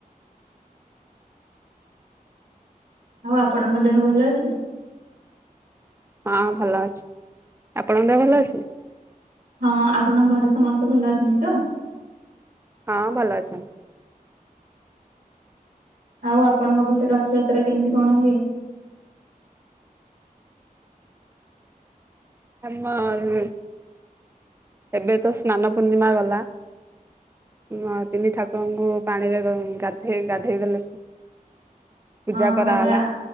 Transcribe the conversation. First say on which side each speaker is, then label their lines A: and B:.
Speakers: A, on the right; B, on the right.
A: ଆଉ ଆପଣଙ୍କ ଦେହ ଭଲ ଅଛି।
B: ହଁ ଭଲ ଅଛି ଆପଣଙ୍କ ଦେହ ଭଲ ଅଛି।
A: ହଁ ଆପଣଙ୍କ ଘରେ ସମସ୍ତେ ଭଲ ଅଛନ୍ତି ତ?
B: ହଁ ଭଲ ଅଛନ୍ତି।
A: ଆଉ ଆପଣଙ୍କ ପଟେ ରଥଯାତ୍ରା କେମିତି କଣ ହୁଏ?
B: ଆମର ଏବେ ତ ସ୍ନାନ ପୂର୍ଣ୍ଣିମା ଗଲା। ଆ ତିନି ଠାକୁରଙ୍କୁ ପାଣିରେ ଗାଧୋଇ ଗାଧୋଇ ଦେଲେ। ପୂଜା
A: ହଁ
B: କରାଗଲା।
A: ଶହେ ଆ